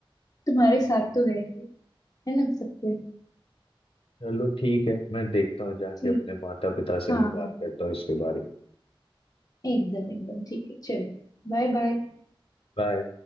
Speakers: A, on the left; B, on the left.
A: तुम्हारे साथ तो है ही है ना सब कोई
B: चलो ठीक है मैं देखता हूँ जाके
A: ठीक
B: अपने
A: है
B: माता पिता से
A: हाँ
B: अभी बात
A: हाँ
B: करता हूँ इसके बारे में
A: एकदम एकदम ठीक है चलो बाय बाय
B: बाय